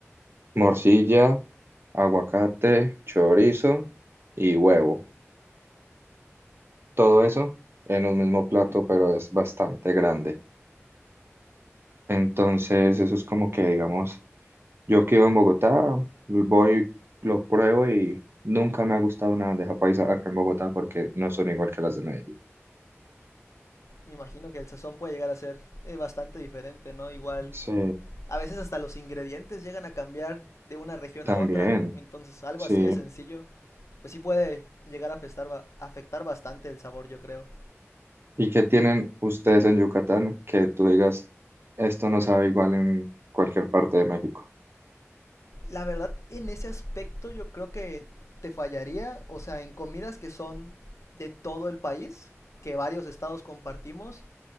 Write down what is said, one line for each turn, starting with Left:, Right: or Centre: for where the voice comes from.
Right: morcilla, aguacate, chorizo y huevo. Todo eso en un mismo plato, pero es bastante grande. Entonces, eso es como que, digamos, yo que vivo en Bogotá, voy, lo pruebo y nunca me ha gustado una bandeja paisa acá en Bogotá porque no son igual que las de Medellín.
Left: Me imagino que el sazón puede llegar a ser eh, bastante diferente, ¿no? Igual
Right: Sí,
Left: A veces hasta los ingredientes llegan a cambiar de una región
Right: también,
Left: a otra, entonces algo
Right: sí.
Left: así de sencillo, pues sí puede llegar a afectar, afectar bastante el sabor, yo creo.
Right: ¿Y qué tienen ustedes en Yucatán que tú digas, esto no sabe igual en cualquier parte de México?
Left: La verdad, en ese aspecto yo creo que te fallaría, o sea, en comidas que son de todo el país, que varios estados compartimos,